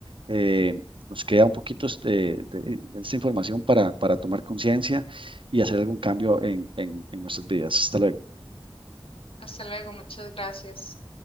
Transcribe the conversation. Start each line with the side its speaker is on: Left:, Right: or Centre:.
Right: eh, nos queda un poquito este, de, esta información para, para tomar conciencia y hacer algún cambio en, en en nuestras vidas. Hasta luego.
Left: Hasta luego, muchas gracias.